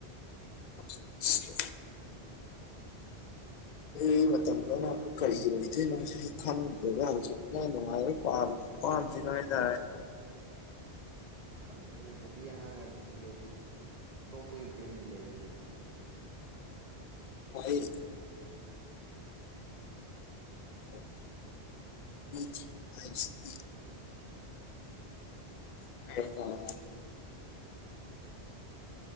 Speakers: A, on the left; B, on the right.
A: <unintelligible> ꯑꯩ ꯃꯇꯝꯗꯅ ꯑꯃꯨꯛ ꯀꯔꯤ ꯑꯣꯏꯗꯣꯏꯅꯣꯁꯦ ꯑꯩ ꯈꯪꯗꯦꯗ ꯍꯧꯖꯤꯛꯀꯥꯟ ꯅꯨꯡꯉꯥꯏꯕ ꯄꯥꯝꯃꯤꯁꯦ ꯄꯥꯝꯖꯤꯒ ꯍꯥꯏꯇꯥꯔꯦ
B: ꯈꯪꯗꯦꯗ ꯅꯨꯄꯤ ꯑꯉꯥꯡꯒ ꯊꯤꯁꯤꯜꯂꯗꯤ ꯇꯣꯛꯄꯒꯤ ꯐꯤꯕꯝꯅꯤ ꯂꯩꯔꯤꯁꯦ
A: <unintelligible> ꯑꯩ <unintelligible> <unintelligible>